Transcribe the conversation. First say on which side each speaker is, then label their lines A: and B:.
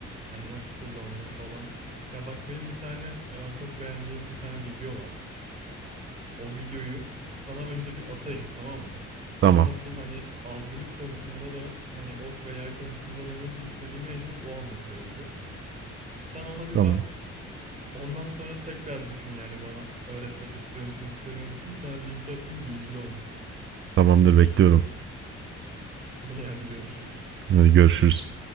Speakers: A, on the right (about 25°); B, on the right (about 40°).
A: Yani nasıl kullanılır falan. Ya bak benim bir tane e, çok beğendiğim bir tane video var. O videoyu sana önce bir atayım tamam mı?
B: Tamam.
A: Benim asıl hani avcılık konusunda da hani ok ve yay konusunda da nasıl istediğimi en çok o anlatıyor gibi. Sen ona bir
B: Tamam.
A: bak. Ondan sonra tekrar düşün yani bana öğretmek istiyor musun istemiyor musun? Sana linki atayım bir izle onu.
B: Tamamdır bekliyorum.
A: <laughs> İyi hadi görüşürüz.
B: Hadi görüşürüz.